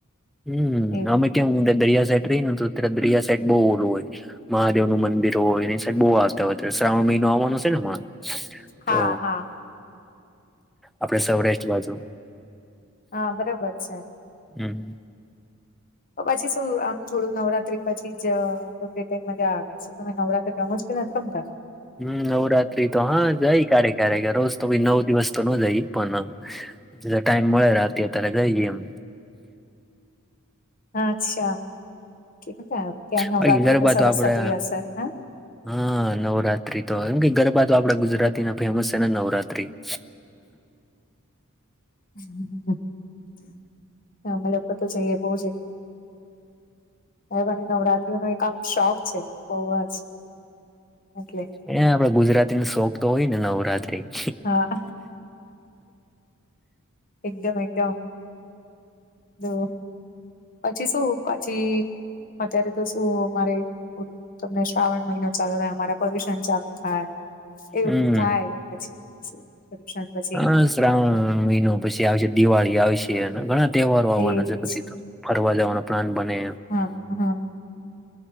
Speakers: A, in the centre; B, on the left.
A: હમ
B: એવું
A: અમે કેમ દરિયા સાઈડ રહીએને તો અત્યારે દરિયા સાઈડ બઉુ ઓલું હોય છે. મહાદેવ નું મંદિર હોય એની સાબ બહુ આસ્થા હોય શ્રાવણ મહિનો આવવાનો છે ને હમણાં
B: હા
A: તો
B: હા
A: આપડે સૌરાષ્ટ્ર બાજુ.
B: હા બરોબર છે.
A: હમ
B: તો પછી શું આમ થોડું નવરાત્રી પછી જ એવી રીતે મજા આવે છે. તમે નવરાત્રી રમો કે નથી રમતા
A: હમ નવરાત્રી તો હા જાય કારે કારે કે રોજ તો નવ દિવસ તો ન જાય પણ એટ ટાઈમ મળે રાતે ત્યારે ગઈ એમ.
B: હા અચ્છા કે ન ક ત્યાં નવરાત્રી
A: બાકી ગરબા
B: તો સરસ
A: આપડે
B: થતી હશે હા
A: હા નવરાત્રી તો એમ કે ગરબા તો આપડા ગુજરાતી ના ફેમસ છે ને નવરાત્રી <inaudible>
B: <unintelligible> તો જઈએ બો જઈએ <unintelligible> નવરાત્રી ની એક આમ શોખ છે બહ જ એટલે.
A: ને આપડે ગુજરાતીની શોક તો હોય ને નવરાત્રી
B: હા એકદમ એકદમ તો પછી શું પછી અત્યારે તો શું અમારે બધું તમને શ્રાવણ મહિનો ચાલુ થાય અમારે પરદ્યુષન ચાલુ થાય. એવું
A: હમ
B: જ બધું થાય પછી પછી
A: હ શ્રાવણ મહિનો પછી આવશે દિવાળી આવશે અને ઘણા તહેવારો આવવાના
B: થઈ
A: છે પછી
B: જ
A: તો ફરવા જવાનો પ્લાન બને.
B: હા હા